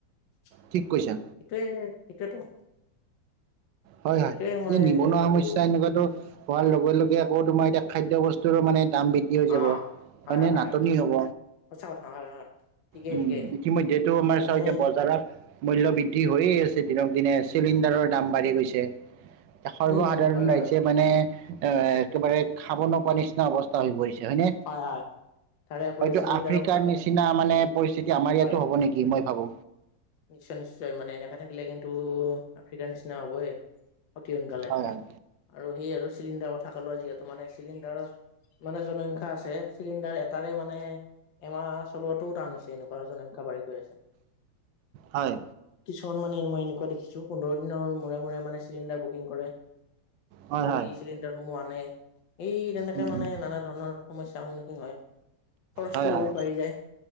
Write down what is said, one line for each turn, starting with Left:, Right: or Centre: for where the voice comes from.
Left: সেইটোৱে
Right: ঠিক কৈছা
Left: সেইটোৱেতো,
Right: হয়
Left: সেইটোৱে
Right: হয়
Left: মই
Right: এই নিবনুৱা
Left: ভাবো
Right: সমস্যা এনেকুৱাতো হোৱাৰ লগে লগে আকৌ তোমাৰ এতিয়া খাদ্য বস্তু বস্তুৰো মানে দাম বৃদ্ধি হৈ যাব,
Left: অ হয়
Right: হয়নে
Left: হয়
Right: নাটনি
Left: হয়
Right: হ'ব।
Left: সঁচা কথা হয় হয় ঠিকেই
Right: উম,
Left: ঠিকেই
Right: ইতিমধ্যয়েতো আমাৰ
Left: মানে
Right: চা এতিয়া বজাৰত মূল্য বৃদ বৃদ্ধি হৈয়ে আছে দিনক দিনে চিলিণ্ডাৰৰ দাম বাঢ়ি গৈছে। সৰ্বসাধাৰণ
Left: উম উম হয়
Right: ৰাইজে
Left: হয়
Right: মানে এ, একেবাৰে খাব নোপোৱা নিচিনা অৱস্থা হৈ পৰিছে। হয়নে?
Left: হয় হয় তাৰে উপৰি
Right: হয়টো
Left: চিলিণ্ডাৰৰ
Right: আফ্ৰিকাৰ
Left: কথা ক
Right: নিচিনা মানে পৰিস্থিতি আমাৰ
Left: হয়
Right: ইয়াতো হব নেকি মই ভাবো।
Left: নিশ্চয় নিশ্চয় মানে এনেকা থাকিলে কিন্তু আফ্ৰিকাৰ নিচিনা হবয়ে। অতি সোনকালে,
Right: হয় হয়।
Left: আৰু হেইয়া আৰু চিলিণ্ডাৰৰ কথা ক'লো যিহেতু মানে চিলিণ্ডাৰ মানে জন আছে চিলিণ্ডাৰ এটাৰে মানে এমাহ চলোৱাটোও টান আছে এনেকুৱা জনসংখ্যা বাঢ়ি গৈ আছে।
Right: হয়।
Left: কিছুমান মানে মই এনেকুৱা দেখিছো পোন্ধৰ দিনৰ মূৰে মূৰে মানে চিলিণ্ডাৰ বুকিং কৰে।
Right: হয় হয়
Left: এই চিলিণ্ডাৰসমূহ আনে। এই, তেনেকে
Right: উম উম
Left: মানে নানা ধৰণৰ সমস্যাৰ সন্মুখীন হয়। খৰচটো
Right: হয়
Left: বহুত
Right: হয়
Left: বাঢ়ি যায়।